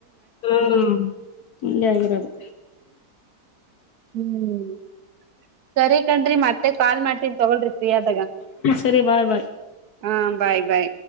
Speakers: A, on the left (about 70°); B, on the right (about 65°).
A: ಹ್ಮ ಮುಜಾಗಿರೋದು
B: ಹ್ಮ್ ಸರಿ ಕಣ್ರೀ ಮತ್ತೆ ಕಾಲ್ ಮಾಡ್ತನಿ ತಗೋಳಿ ಫ್ರೀ ಆದಾಗ
A: ಸರಿ ಬಾಯ್ ಬಾಯ್
B: ಹ ಬಾಯ್ ಬೈ